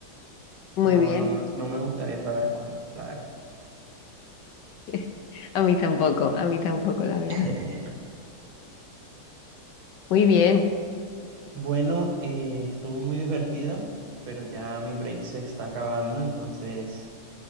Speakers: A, on the left (about 65°); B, on the right (about 80°).
A: muy
B: no,
A: bien.
B: no me, no me gustaría saber cuándo, la verdad.
A: <laughs> A mí tampoco, a mí tampoco, la verdad.
B: <laughs>
A: Muy bien,
B: Bueno, eh, estuvo muy divertida, pero ya mi break se está acabando, entonces